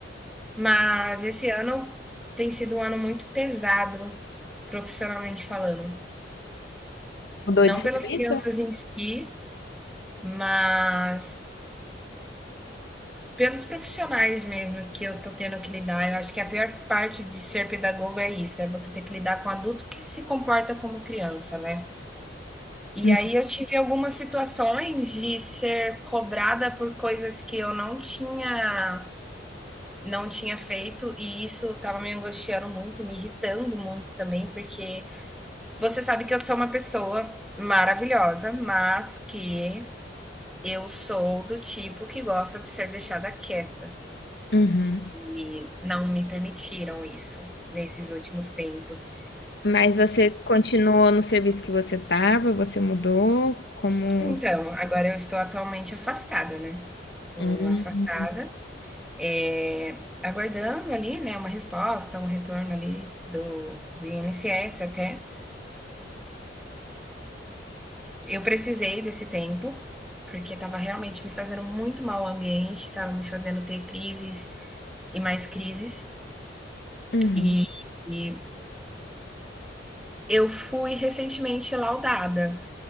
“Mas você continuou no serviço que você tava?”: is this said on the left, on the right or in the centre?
Left